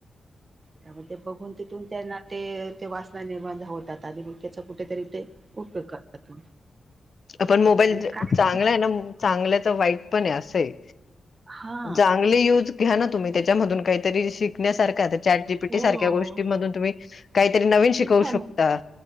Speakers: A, on the right (about 35°); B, on the left (about 50°).
A: त्यामध्ये बघून तिथून त्यांना ते ते वासना निर्माण होतात आणि मग त्याच कुठेतरी ते उपयोग करतात.
B: पण मोबाईल
A: आणि काय
B: चांगला आहे ना चांगलचं वाईट पण आहे असं आहे.
A: हा
B: चांगली यूज घ्या ना तुम्ही त्याच्यामधून काहीतरी शिकण्यासारख आहे आता चॅट जीपीटी
A: हो
B: सारख्या गोष्टीमधून तुम्ही काहीतरी नवीन
A: किती
B: शिकवू
A: छान
B: शक ता